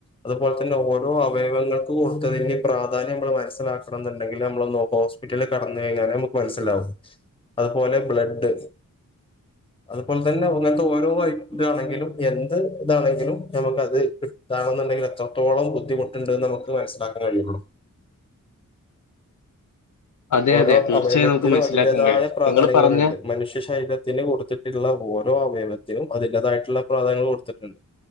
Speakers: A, on the left (about 15°); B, on the left (about 60°).
A: അതുപോലെ തന്നെ ഓരോ അവയവങ്ങൾ കൊടുത്തതിന്റെ പ്രാധാന്യം നമ്മൾ മനസ്സിലാക്കണംന്ന് ഉണ്ടെങ്കിൽ നമ്മൾ ഒന്ന് ഹോ വീട്ടിൽ കടന്ന് കഴിഞ്ഞാലേ നമുക്ക് മനസ്സിലാവും അതുപോലെ ബ്ലഡ് അതുപോലെ തന്നെ അങ്ങനത്തെ ഓരോ ഇത് ആണെങ്കിലും എ ത് ഇതാണെങ്കിലും നമുക്ക് അത് കിട്ടാണെന്നുണ്ടെങ്കിൽ എത്രത്തോളം ബുദ്ധിമുട്ടുണ്ട്ന്ന് നമുക്ക് മസ്സിലാക്കാൻ കഴിയുള്ളൂ
B: അതെ
A: ഓരോ
B: അതെ തീർച്ചയായും
A: അവയവത്തിനും
B: നമുക്ക് മനസ്സിലാക്കാൻ
A: അതിന്റെ തായ
B: കഴിയും
A: പ്രാധാന്യങ്ങളുണ്ട്
B: നിങ്ങൾ പറഞ്ഞ
A: മനുഷ്യ ശരീര ത്തിന് കൊടുത്തിട്ടുള്ള ഓരോ അവയവത്തിനും അതിന്റേതായിട്ടുള്ള പ്രാധാന്യ കൊടുത്തിട്ടുണ്ട്